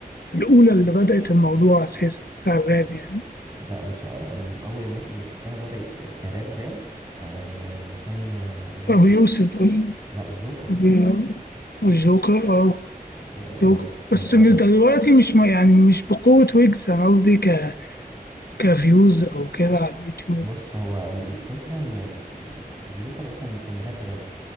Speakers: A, on the left; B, on the right.
A: الأولى اللي بدأت الموضوع أساسا بتاع الراب يعني
B: لا بص آه، من اول الناس اللي شفتها بدات كراب راب آه، كان آه، الجوكر
A: أبو يوسف أه.
B: لا الجوكر
A: أبو- الجوكر أه
B: آه،
A: جوكر
B: لو لو
A: بس
B: تعرفه
A: من دلوقتي مش ما يعني مش بقوة ويجز أنا قصدي ك كفيوز أو كده على اليوتيوب
B: بص هو الفكره ان ال- ال- الجوكر ده كان كان راب راب